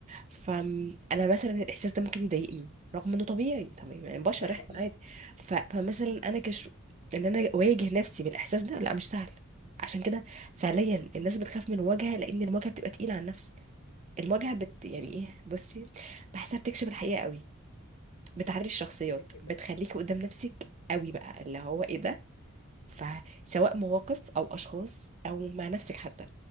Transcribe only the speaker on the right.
فانا مثلا الاحساس ده ممكن يضايقني رغم انه طبيعي طبيعي يعني بشر
احنا عادي ف- فمثلا انا كش ان انا اواجه نفسي بالاحساس ده لا مش سهل عشان كده فعليا الناس بتخاف من الواجهه لان الواجهه بتبقى تقيله على النفس المواجهه بت يعني ايه بصي بحسها بتكشف الحقيقه قوي بتعري الشخصيات
بتخليكي قدام نفسك قوي بقى اللي هو ايه ده فسواء مواقف او اشخاص او مع نفسك حتى